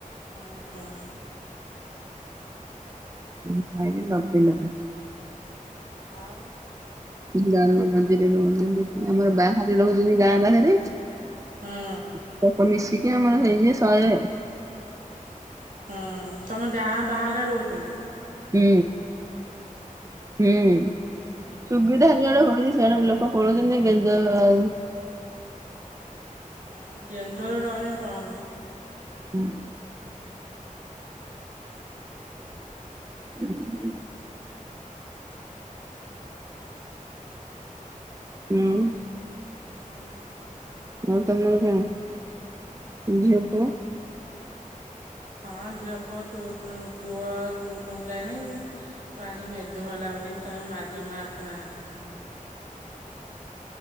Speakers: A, on the right (about 70°); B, on the right (about 25°).
A: ଆଁ
B: ଉଁ ଭାରି ଲବେ ଲବେ।
A: ଆଉ
B: କିଛି ଗାଁ <unintelligible> ରହୁଛନ୍ତି ଆମର ବାହାରେ ରହୁଛନ୍ତି ଗାଁ ବାହାରେ। ତକ
A: ହୁଁ
B: ମିଶିକି ଆମର ହେଇଯିବେ ଶଏ ଆଉ।
A: <inaudible> ହଁ ତମ ଗାଁ ବାହାରେ ରହୁଚନ୍ତି।
B: ହୁଁ ହୁଁ ସୁବିଧା ଜୁଆଡେ ରହିବେ ସିଆଡେ ଲୋକ। ପଳଉଚନ୍ତି ଗେଞ୍ଜ ହେଲା ଆଉ।
A: ହୁଁ ଗେଞ୍ଜରେ ରହିନେ କନ।
B: <inaudible> <inaudible>
A: ଆଉ
B: ହୁଁ।
A: ହୁଁ।
B: ଆଉ ତମର କଣ ଝିଅ ପୁଅ?
A: ହଁ ଝିଅ ପୁଅ ଟୁସୁନ୍ ପୁଅ ଟିଉଛନ୍ ଯାଇନାହିଁ। ତ‌ ଆଜି ମେଘ ହେଲା ବୋଲିକି ତାଙ୍କ ମ୍ୟାଦାମ୍ ଆସିନାହାନ୍ତି।